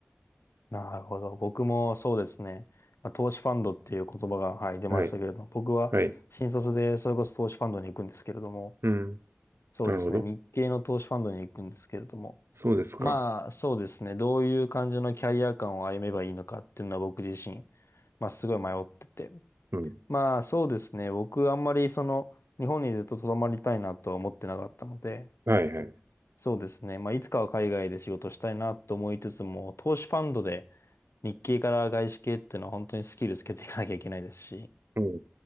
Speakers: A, on the left; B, on the right.
A: なるほど。僕もそうですね。まあ、投資ファンドっていう言葉が、はい、出ましたけれども、
B: はい。
A: 僕は新卒でそれこそ投資ファンドに行くんですけれども、
B: はい。うん。
A: そうですね。
B: なるほど。
A: 日系の投資ファンドに行くんですけれども、
B: そうですか。
A: まあそうですね。どういう感じのキャリア感を歩めばいいのかっていうのは僕自身、まあすごい迷ってて。
B: うん。
A: まあそうですね。僕あんまりその日本にずっと留まりたいなとは思ってなかったので、
B: はいはい。
A: そうですね。まあ、いつかは海外で仕事したいなと思いつつも、投資ファンドで日系から外資系っていうのは本当にスキルつけていかなきゃいけないですし、
B: うん。